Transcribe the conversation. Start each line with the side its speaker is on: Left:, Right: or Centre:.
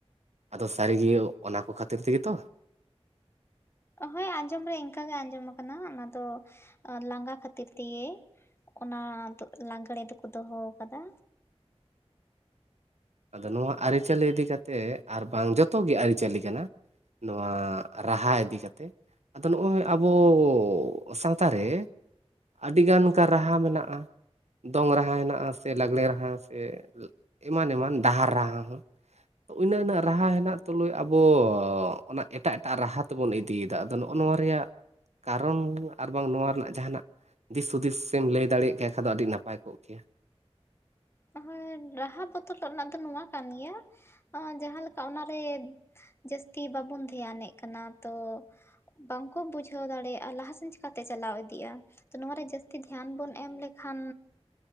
Right: ᱟᱫᱚ ᱥᱟᱹᱨᱤᱜᱮᱭᱳ ᱚᱱᱟ ᱠᱚ ᱠᱷᱟᱹᱛᱤᱨ ᱛᱤᱜᱤ ᱛᱚ
Left: ᱦᱚᱭ ᱟᱸᱡᱚᱢ ᱨᱮ ᱤᱱᱠᱟᱜᱮ ᱟᱸᱡᱚᱢ ᱟᱠᱟᱱᱟ ᱚᱱᱟ ᱫᱚ ᱞᱟᱸᱜᱟ ᱠᱷᱟᱹᱛᱤᱨ ᱛᱤᱜᱤ ᱚᱱᱟ ᱫᱚ ᱞᱟᱜᱽᱲᱮ ᱫᱚᱠᱚ ᱫᱚᱦᱚ ᱟᱠᱟᱫᱟ
Right: ᱟᱫᱚ ᱱᱚᱣᱟ ᱟᱹᱨᱤᱪᱟᱹᱞᱤ ᱤᱫᱤ ᱠᱟᱛᱮ ᱟᱨ ᱵᱟᱝ ᱡᱚᱛᱚ ᱜᱮ ᱟᱹᱨᱤᱪᱟᱹᱞᱤ ᱠᱟᱱᱟ ᱱᱚᱣᱟ ᱨᱟᱦᱟ ᱤᱫᱤ ᱠᱟᱛᱮᱫ ᱟᱫᱚ ᱱᱚᱜᱼᱚᱭ ᱟᱵᱚ ᱥᱟᱶᱛᱟ ᱨᱮ ᱟᱹᱰᱤ ᱜᱟᱱ ᱚᱱᱠᱟ ᱨᱟᱦᱟ ᱢᱮᱱᱟᱜᱼᱟ ᱫᱚᱝ ᱨᱟᱦᱟ ᱦᱮᱱᱟᱜᱼᱟ ᱥᱮ ᱞᱟᱜᱽᱲᱮ ᱨᱟᱦᱟ ᱥᱮ <unintelligible> ᱮᱢᱟᱱ ᱮᱢᱟᱱ ᱰᱟᱦᱟᱨ ᱨᱟᱦᱟ ᱦᱚᱸ ᱤᱱᱟᱹᱜ ᱤᱱᱟᱹᱜ ᱨᱟᱦᱟ ᱦᱮᱱᱟᱜ ᱛᱩᱞᱩᱡ ᱟᱵᱚ ᱚᱱᱟ ᱮᱴᱟᱜ ᱮᱴᱟᱜ ᱨᱟᱦᱟ ᱛᱮᱵᱚᱱ ᱤᱫᱤ ᱤᱫᱤᱭᱮᱫᱟ ᱟᱫᱚ ᱱᱚᱜᱼᱚ ᱱᱚᱣᱟ ᱨᱮᱭᱟᱜ ᱠᱟᱨᱚᱱ ᱟᱨ ᱵᱟᱝ ᱱᱚᱣᱟ ᱨᱮᱱᱟᱜ ᱡᱟᱦᱟᱱᱟᱜ ᱫᱤᱥ ᱦᱩᱫᱤᱥ ᱮᱢ ᱞᱟᱹᱭ ᱫᱟᱲᱮᱭᱟᱜ ᱠᱷᱟᱡ ᱫᱚ ᱟᱹᱰᱤ ᱱᱟᱯᱟᱭ ᱠᱚᱜ ᱠᱮᱭᱟ
Left: ᱦᱳᱭ ᱨᱟᱦᱟ ᱵᱚᱫᱚᱞᱚᱜ ᱨᱮᱱᱟᱜ ᱫᱚ ᱱᱚᱣᱟ ᱠᱟᱱ ᱜᱮᱭᱟ <unintelligible> ᱡᱟᱦᱟᱸ ᱞᱮᱠᱟ ᱚᱱᱟᱨᱮ ᱡᱟᱹᱥᱛᱤ ᱵᱟᱵᱚᱱ ᱫᱷᱮᱭᱟᱱᱮᱜ ᱠᱟᱱᱟ ᱛᱚ ᱵᱟᱝᱠᱚ ᱵᱩᱡᱷᱟᱹᱣ ᱫᱟᱲᱮᱭᱟᱜᱼᱟ ᱞᱟᱦᱟ ᱥᱮᱱ ᱪᱤᱠᱟᱛᱮ ᱪᱟᱞᱟᱣ ᱤᱫᱤᱜᱼᱟ ᱱᱚᱣᱟ ᱨᱮ ᱡᱟᱹᱥᱛᱤ ᱫᱷᱮᱭᱟᱱ ᱵᱚᱱ ᱮᱢ ᱞᱮᱠᱷᱟᱱ